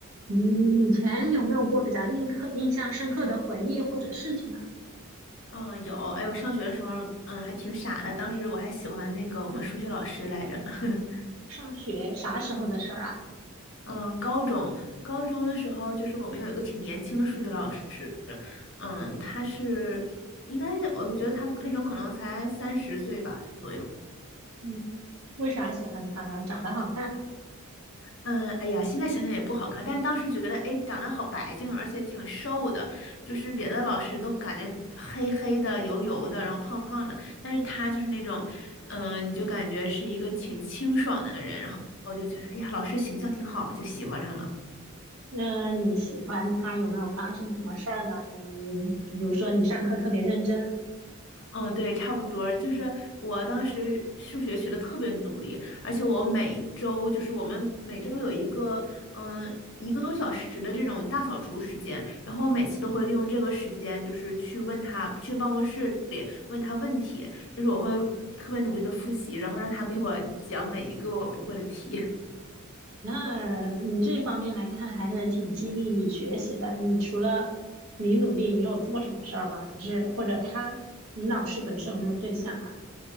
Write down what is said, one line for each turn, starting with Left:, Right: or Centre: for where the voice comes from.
Right: 你以前有没有过比较印刻、印象深刻的回忆或者事情啊？
Left: 嗯，有，哎，我上学的时候，嗯，还挺傻的。当时我还喜欢那个我们数学老师来着。<laughs>
Right: 上学啥时候的事儿啊？
Left: 嗯，高中高中的时候，就是我们有一个挺年轻的数学老师，嗯，他是应该我觉得他那时候可能才三十岁吧左右。
Right: 嗯，为啥喜欢他呢？长得好看？
Left: 嗯，哎呀，现在想想也不好看，但是当时觉得，哎，长得好白净，而且挺瘦的，就是别的老师都感觉黑黑的、油油的，然后胖胖的，但是他就是那种，嗯、你就感觉是一个挺清爽的人，然后我就觉得，哎呀，老师形象挺好，就喜欢上了。
Right: 那你喜欢他有没有发生什么事儿呢？你你就比如说你上课特别认真，
Left: 嗯，对，差不多。就是我当时数学学的特别努力，而且我每周就是我们每周有一个嗯一个多小时的这种大扫除时间，然后我每次都会利用这个时间，就是去问他，去办公室里问他问题，就是我会特别努力的复习，然后让他给我讲每一个我不会的题。
Right: 那你这方面来看还是挺激励你学习的。你除了你努力，你有做什么事儿吗？还是或者他，你老师本身有没有对象啊？